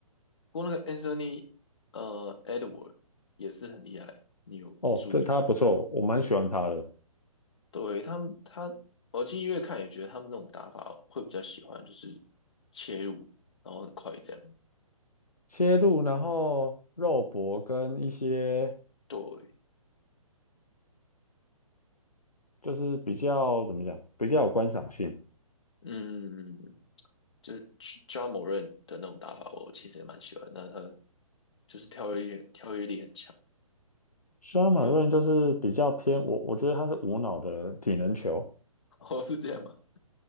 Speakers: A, on the left; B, on the left.
A: 不过那个 Anthony 呃 Edward 也是很厉害，你有注意他？
B: 哦，对，他不错，我蛮喜欢他的
A: 对，他们，他，我其实越看也觉得他们那种打法会比较喜欢，就是切入，然后很快这样。
B: 切入，然后肉搏跟一些
A: 对，
B: 就是比较怎么讲，比较有观赏性。
A: 嗯，就是 Ja m o 的那种打法，我其实也蛮喜欢。那他就是跳跃力，跳跃力很强，
B: Sean
A: 然后又
B: m a r i n 就是比较偏我，
A: <laughs>，
B: 我觉得他是无脑的体能球，
A: 哦，是这样吗？